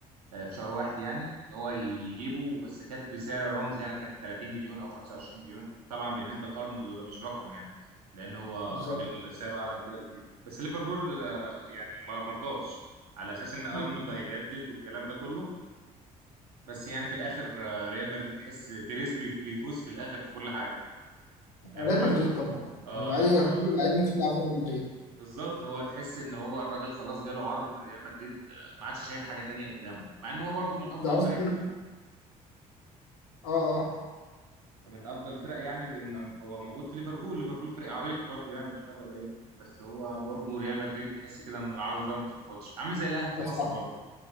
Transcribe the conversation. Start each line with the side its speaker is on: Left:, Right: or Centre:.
Right: آه، في شهر واحد يعني ان هو ي- يجيبه بس كانت بسعر رمز يعني كان 30 مليون او 25 مليون طبعا بالنسبه لارنولد ده مش رقم يعني لان هو
Left: بالظبط
Right: الراجل سعره اعلى من كده بكتير بس ليفربول آه، يعني ما مرضاش على اساس ان ارنولد
Left: مم.
Right: هيجدد والكلام ده كله بس يعني في الاخر آه، ريال مدريد تحس بيريز بي- بيفوز في الاخر في كل حاجه يعني
Left: ريال
Right: كل
Left: مدريد
Right: طب...
Left: طبعا
Right: اه
Left: يعني اي
Right: ف
Left: اي لعيب نفسه يلعب في ريال مدريد
Right: بالظبط هو تحس ان هو الراجل خلاص جاله عرض من ريال مدريد آه، ما عادش شايف حاجه تانية قدامه مع ان هو برضه من افضل
Left: ده اصلا
Right: فريق
Left: اه اه
Right: من افضل الفرق يعني من- هو موجود في ليفربول ليفربول فريق عريق برضو يعني مش حاجه قليله بس هو برضو ريال مدريد تحس كده ان العرض ده ما اترفضش عامل زي الاهلي في
Left: بس
Right: مصر
Left: اه
Right: برضو